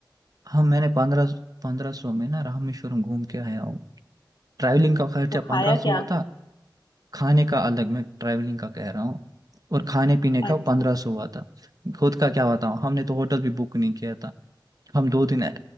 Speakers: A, on the right; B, on the left.
A: हम मैंने पंद्रह पंद्रह सौ में ना रामेश्वरम घूम के आया हूँ ट्रैवलिंग का खर्चा
B: तो खाया
A: पंद्रह सौ
B: क्या
A: हुआ था खाने का अलग मैं ट्रैवलिंग का कह रहा हूँ और खाने पीने
B: अच्छा
A: का पंद्रह सौ हुआ था खुद का क्या बताऊँ हमने तो होटल भी बुक नहीं किया था हम दो दिन ऐ-